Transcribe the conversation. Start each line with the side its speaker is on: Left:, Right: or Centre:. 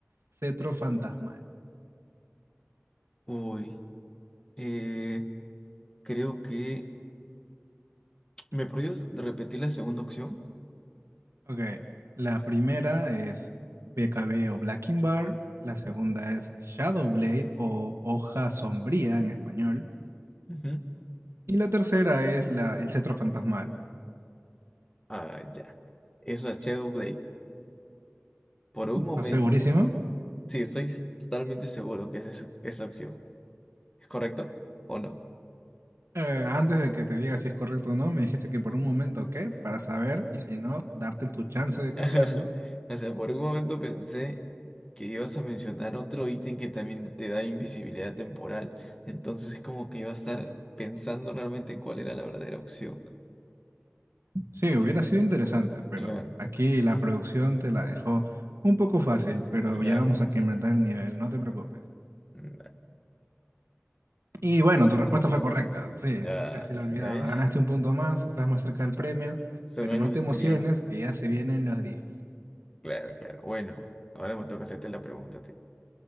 Right: Cetro Fantasmal.
Left: Uy. Eh, creo que. ¿Me podrías repetir la segunda opción?
Right: Ok, la primera es BKB o Blacking Bar, la segunda
Left: No.
Right: es Shadow Blade o Hoja Sombría en español,
Left: Ujú.
Right: y la tercera es la, el Cetro Fantasmal.
Left: Ah, ya. Es la Shadowblade. Por un
Right: ¿Estás
Left: momento.
Right: segurísimo?
Left: Sí, estoy s- totalmente seguro que es esa, esa opción. ¿Es correcto? ¿O no?
Right: Eh, antes de que te diga si es correcto o no, me dijiste que por un momento, ¿qué? Para saber, y si no, darte tu chance de cambiarlo.
Left: <laughs> O sea, por un momento pensé que ibas a mencionar otro ítem que también te da invisibilidad temporal. Entonces es como que iba a estar pensando realmente cuál era la verdadera opción.
Right: Sí, hubiera sido interesante, pero
Left: Claro,
Right: aquí la producción te la dejó un poco fácil, pero
Left: claro.
Right: ya vamos a que inventar el nivel, no te preocupes.
Left: Mm,
Right: Y bueno, tu respuesta fue correcta. Sí,
Left: Ya,
Right: casi lo olvidaba.
Left: ya ves.
Right: Ganaste un punto más, estás más cerca del premio,
Left: Son
Right: pero
Left: años
Right: no te
Left: de experiencia.
Right: emociones, que ya se vienen los difíciles.
Left: Claro, claro. Bueno, ahora me toca hacerte la pregunta a ti.